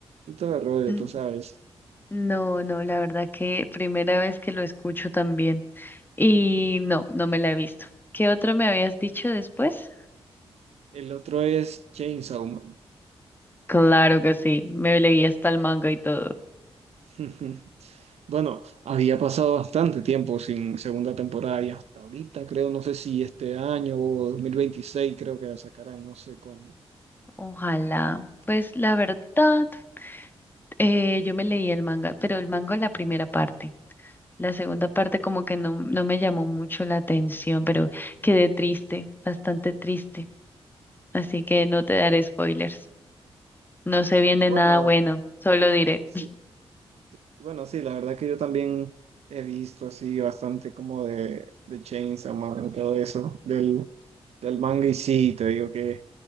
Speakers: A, on the right (about 70°); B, on the left (about 20°).
A: y todo el rollo,
B: N-
A: tú sabes.
B: No, no, la verdad que primera vez que lo escucho también. Y no, no me la he visto. ¿Qué otro me habías dicho después?
A: El otro es Chainsaw Man.
B: Claro que sí, me leí hasta el manga y todo.
A: <laughs> Bueno, había pasado bastante tiempo sin segunda temporada y hasta ahorita creo, no sé si este año o 2026 creo que la sacarán, no sé cuándo.
B: Ojalá. Pues la verdad, eh, yo me leí el manga, pero el manga la primera parte. La segunda parte como que no, no me llamó mucho la atención, pero quedé triste, bastante triste. Así que no te daré spoilers. No se viene
A: Bueno,
B: nada
A: la-
B: bueno, solo diré.
A: sí, bueno, sí, la verdad que yo también he visto así bastante como de, de Chainsaw Man y todo eso, del, del manga y sí, te digo que